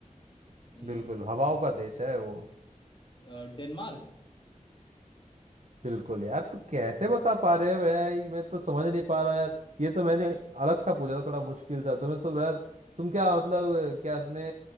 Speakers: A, on the left; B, on the right.
A: इन-
B: बिल्कुल हवाओं का देश है वो
A: अ, डेनमार्क
B: बिल्कुल यार तू कैसे बता पा रहे हो भाई मैं तो समझ नहीं पा रहा हूँ यार ये तो मैंने अलग सा पूछा था थोड़ा मुश्किल सा तुम्हें तो यार तुम क्या मतलब क्या अपने